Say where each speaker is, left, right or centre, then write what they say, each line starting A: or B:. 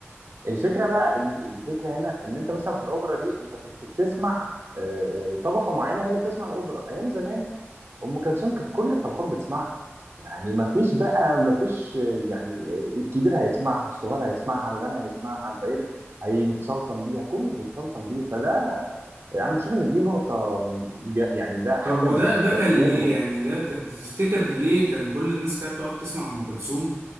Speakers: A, on the right; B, on the right.
A: الفكره بقى إن الفكره هنا ان انت مثلا في الاوبرا دي انت كنت بتسمع آه، طبقه معينه هي اللي بتسمع الاوبرا ايام زمان ام كلثوم كانت كل الطبقات بتسمعها يعني ما فيش بقى ما فيش يعني الكبير هيسمعها الصغير هيسمعها الغني هيسمعها الفقير هيتسلطن بيها كله هيتسلطن بيه فده انا بشوف ان دي نقطه من ج- يعني ده حاجه
B: طب وده
A: من
B: ده
A: جماليات
B: كان ليه
A: ام كلثوم
B: يعني ده ت- انت تفتكر ليه كان كل الناس كده بتقعد تسمع ام كلثوم